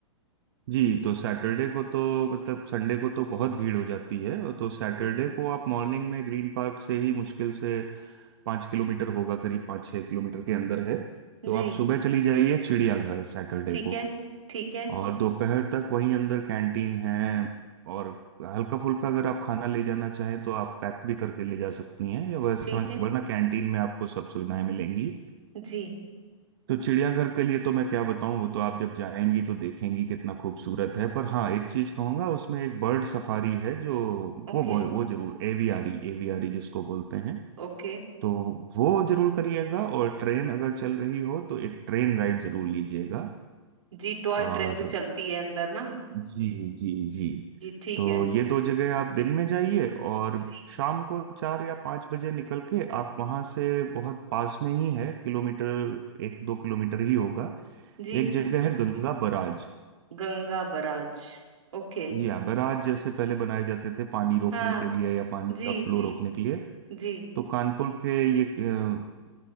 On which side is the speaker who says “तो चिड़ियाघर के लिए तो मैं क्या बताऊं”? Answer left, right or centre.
Right